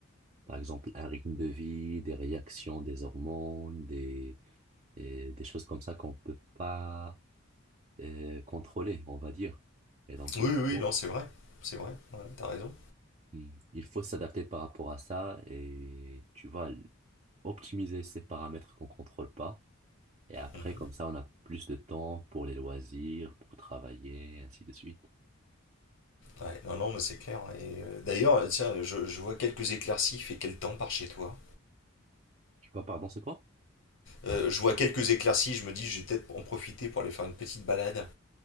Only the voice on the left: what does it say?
Oui,
oui, oui,
non, c'est vrai. C'est vrai. Ouais, t'as raison.
Mhm.
Ouais, non, non, mais c'est clair. hein. Et euh, d'ailleurs, tiens, je, je vois quelques éclaircies. Il fait quel temps par chez toi?
Euh, je vois quelques éclaircies. Je me dis, je vais peut-être en profiter pour aller faire une petite balade.